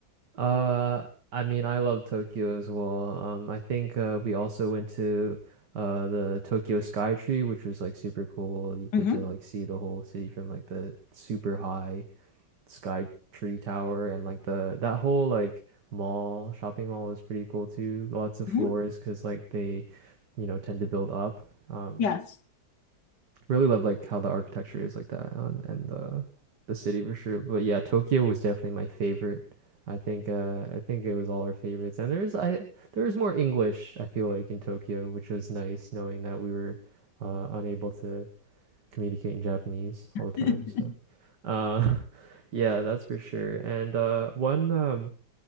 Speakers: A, on the right (about 85°); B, on the left (about 90°).
A: Uh, I mean, I love Tokyo as well. Um, I think uh, we also went to uh the Tokyo Sky Tree, which was like super cool. You get
B: hmm
A: to like see the whole city from like the super high Sky Tree Tower, and like the that whole like mall shopping mall was pretty cool too. Lots of
B: hmm
A: floors because like they, you know, tend to build up. Um,
B: Yes.
A: Really love like how the architecture is like that on and the the city for sure. But yeah, Tokyo was definitely my favorite. I think uh I think it was all our favorites. And there's I there was more English, I feel like, in Tokyo, which was nice knowing that we were uh unable to communicate in Japanese all the time.
B: <laughs>
A: So uh <laughs> yeah, that's for sure. And uh one um